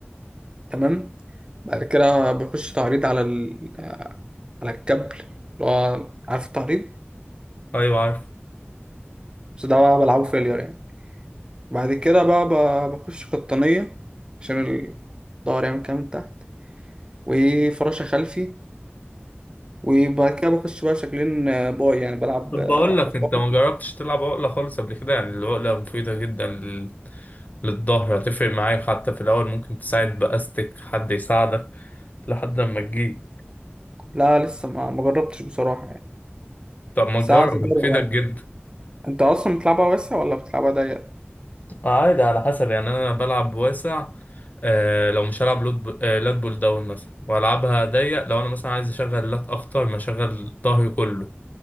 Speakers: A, on the right; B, on the left.
A: تمام بعد كده بيخش تعريض على ال... على الكابل اللي هو عارف التعريض
B: أيوة عارف
A: بس ده بقى بلعبه فيلير يعني بعد كده بقى ب- بخش قطنية عشان الظهر يعمل كام من تحت وفراشة خلفي وبعد كده بخش بقى شكلين آه، باي يعني بلعب
B: طب
A: آه،
B: بقول
A: حصان
B: لك أنت ما جربتش تلعب عقلة خالص قبل كده يعني العقلة مفيدة جدا لل... للظهر هتفرق معاك حتى في الأول ممكن تساعد بأستك حد يساعدك لحد ما تجيب
A: لا لسه ما ما جربتش بصراحة يعني
B: طب ما
A: ساعة
B: تجرب
A: أجرب
B: مفيدة
A: يعني
B: جدا
A: أنت أصلا بتلعبها واسع ولا بتلعبها ضيق؟
B: عادي على حسب يعني انا بلعب واسع آه لو مش هلعب لود ب... آه لات بول داون مثلا والعبها ضيق لو انا مثلا عايز اشغل لات اكتر ما اشغل ظهري كله